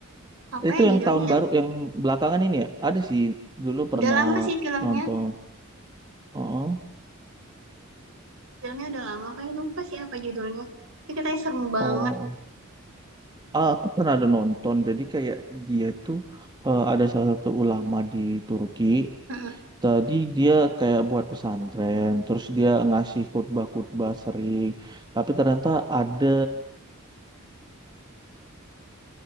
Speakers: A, on the right; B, on the right.
A: Apa
B: itu
A: ya judulnya
B: yang tahun
A: ya?
B: baru yang belakangan ini ya ada sih dulu pernah
A: Udah lama sih filmnya.
B: nonton oh
A: Filmnya udah lama. Fani lupa sih apa judulnya. Tapi katanya serem banget.
B: oh Ah, Aku pernah ada nonton, jadi kayak dia tuh eh, ada salah satu ulama di Turki.
A: Mm-mm.
B: Tadi dia kayak buat pesantren, terus dia ngasih khutbah-khutbah sering, tapi ternyata ada